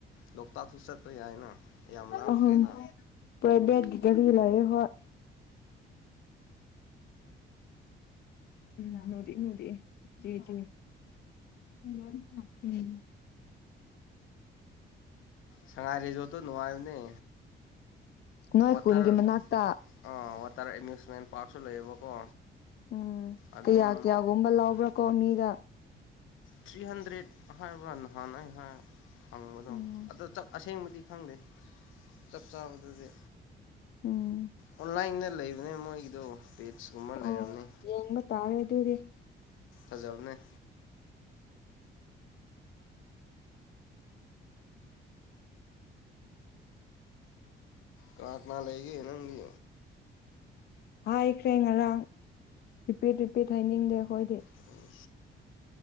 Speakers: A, on the left (about 80°); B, on the left (about 55°).
A: ꯂꯣꯛꯇꯥꯛꯁꯨ ꯆꯠꯄꯥ ꯌꯥꯏꯅ ꯌꯥꯝ ꯂꯥꯞꯇ꯭ꯔꯦꯅ
B: ꯑꯍꯨꯝ ꯄ꯭ꯔꯥꯏꯚꯦꯠꯀꯤ ꯒꯥꯔꯤ ꯂꯩꯌ° ꯈꯣꯢ <unintelligible>
A: ꯁꯉꯥꯏ ꯔꯤꯖꯣꯠꯇꯨ ꯅꯨꯡꯉꯥꯏꯕꯅꯤ
B: ꯅꯣꯏ
A: ꯋꯥꯇꯔ
B: ꯈꯨꯟꯒꯤ ꯃꯅꯥꯛꯇ
A: ꯑꯥ ꯋꯥꯇꯔ ꯑꯦꯃꯦꯖꯃꯦꯟ ꯄꯥꯔꯛꯁꯨ ꯂꯩꯌꯦꯕꯀꯣ
B: ꯎꯝ
A: ꯑꯗꯨꯝ
B: ꯀꯌꯥ ꯀꯌꯥꯒꯨꯝꯕ ꯂꯧꯕꯔꯥꯀꯣ ꯃꯤꯗ
A: ꯊ꯭ꯔꯤ ꯍꯟꯗ꯭ꯔꯦꯗ ꯍꯥꯏꯕ꯭ꯔꯥ ꯅꯍꯥꯟ ꯑꯩ ꯍꯥꯏ ꯍꯪꯕꯗꯣ
B: ꯎꯝ
A: ꯑꯗꯣ ꯆꯞ ꯑꯁꯦꯡꯕꯗꯤ ꯈꯪꯗꯦ ꯆꯞ ꯆꯥꯕꯗꯨꯗꯤ
B: ꯎꯝ
A: ꯑꯣꯟꯂꯥꯏꯟꯗꯥ ꯂꯩꯕꯅꯦ ꯃꯣꯏꯒꯤꯗꯣ ꯄꯦꯠꯁ ꯀꯨꯝꯕꯥ ꯂꯩꯔꯝꯅꯤ꯫
B: ꯑꯣ ꯌꯦꯡꯕ ꯇꯥꯔꯦ ꯑꯗꯨꯗꯤ
A: ꯐꯖꯕꯅꯦ ꯀꯅꯥ ꯀꯅꯥ ꯂꯩꯒꯦ ꯅꯪꯗꯤ
B: ꯍꯥꯏꯈ꯭ꯔꯦ ꯉꯔꯥꯡ ꯔꯤꯄꯤꯠ ꯔꯤꯄꯤꯠ ꯍꯥꯏꯅꯤꯡꯗꯦ ꯑꯩꯈꯣꯏꯗꯤ
A: ꯑꯁ